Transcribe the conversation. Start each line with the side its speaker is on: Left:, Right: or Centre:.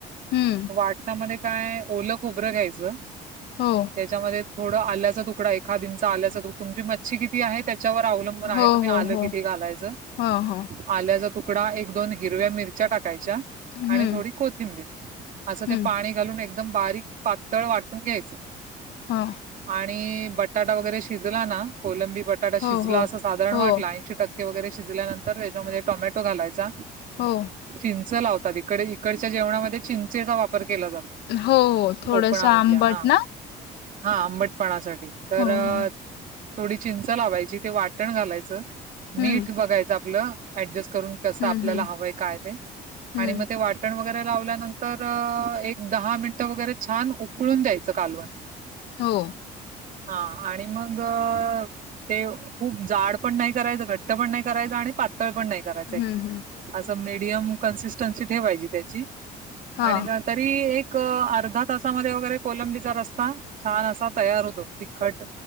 Left: हम्म
Right: वाटणामध्ये काय... ओलं खोबरं घ्यायचं
Left: हो
Right: त्याच्यामध्ये थोडं आल्याचा तुकडा, एखादं इंच आल्याचा तुक... तुमची म च्छी किती आहे त्याच्यावर अवलंबून आहे
Left: हो
Right: तुम्ही
Left: हो
Right: आलं
Left: हो
Right: किती घालायचं
Left: हा हा
Right: आल्याचा तुकडा, एक दोन हिरव्या मिरच्या टाकायच्या
Left: हम्म
Right: आणि थोडी कोथिंबीर असं
Left: हम्म
Right: ते पाणी घालून, एकदम बारीक पातळ वाटून घ्यायचं
Left: हा
Right: आणि बटाटा वगैरे शिजला ना, कोलंबी बटाटा
Left: हो
Right: शिजला
Left: हो
Right: असं साधारण
Left: हो
Right: वाटलं, ऐंशी टक्के वगैरे शिजल्यानंतर त्याच्यामध्ये टोमॅटो घालायचा
Left: हो
Right: चिंच लावतात इकडे, इकडच्या जेवणामध्ये चिंचेचा वापर जात
Left: हो हो थोडस
Right: कोकणामध
Left: आंबट
Right: हा.
Left: ना
Right: हा आंबटपणासाठी तर
Left: हो हो
Right: थोडी चिंच लावायची ते वाट. चटण घालायचं
Left: हम्म
Right: मीठ बघायचं आपलं ऍडजस्ट करून. कस
Left: हम्म
Right: आपल्याला
Left: हम्म
Right: हवंय काय ते
Left: हम्म
Right: आणि मग ते वाट. पटण वगैरे लावल्यानंतर एक दहा मिनिटं वगैरे छान उकळून द्यायचं कालवण.
Left: हो.
Right: हा आणि मग ते खूप जाड पण नाही करायचं का. त पण नाही करायचं आणि पातळ पण नाही करायच एकदम.
Left: हम्म हम्म
Right: असं मीडियम कन्सिस्टन्सी ठेवायची त्याची
Left: हा
Right: आणि. तरी एक अर्धा तासामध्ये वगैरे कोलंबीचा रस्ता छान असा. तयार होत तिखट